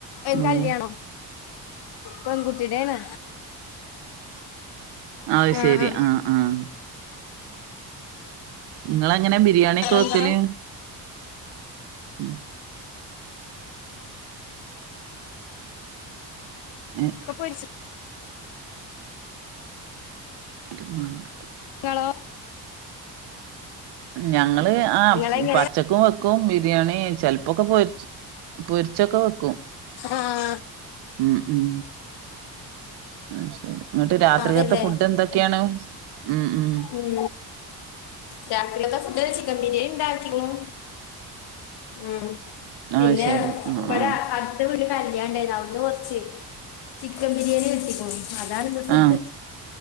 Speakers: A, on the left; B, on the right.
A: എന്റെ
B: ഏഹ്
A: കല്ല്യാണോ. പെൺകുട്ടിടേണ്.
B: അത്
A: ആ
B: ശെരി
A: ആ
B: ആഹ് ആഹ്.... ഇങ്ങളെങ്ങനെ ബിരിയാണിയൊക്കെ
A: വേറെന്താ
B: വെക്കല്. ഉം ഏ
A: ഇപ്പൊ പൊരിച്
B: <unintelligible>
A: ട്ട്യേളോ....
B: ഞങ്ങള് ആഹ്
A: നിങ്ങളെങ്ങനെ
B: പാ ഉച്ചക്കും വെക്കും ബിരിയാണി ചിലപ്പൊക്കെ പൊരി പൊരിച്ചൊക്കെ വെക്കും.
A: ആഹ്
B: ഉം ഉം അത് ശരി എന്നിട്ട് രാത്രികത്തെ
A: അതെല്ലേ
B: ഫുഡ് എന്തൊക്കെയാണ് ഉം ഉം
A: ഉം രാത്രിക്കത്തെ ഫുഡ് ചിക്കൻ ബിരേണി ഇണ്ടാക്കിക്കുണു ഉം
B: അത്
A: പിന്നെ
B: ശരി ആ
A: ഇബടെ
B: ആ
A: അ ഇന്ന് ഇവിടൊരു കല്ല്യാണണ്ടായിരുന്നു അവ്‌ട്ന്ന് കുറച്ച് ചിക്കൻ ബിരിയാണി കിട്ടിക്കുണു അതാാണ് ഇന്ന് ഫുഡ്
B: ആ